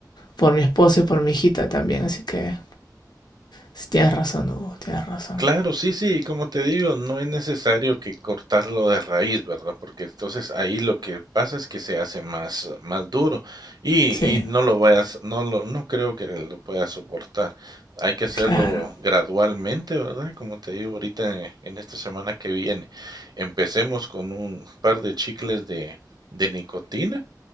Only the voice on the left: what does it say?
por mi esposa y por mi hijita también, así que sí, tienes razón, Hugo, tienes razón.
Sí,
claro.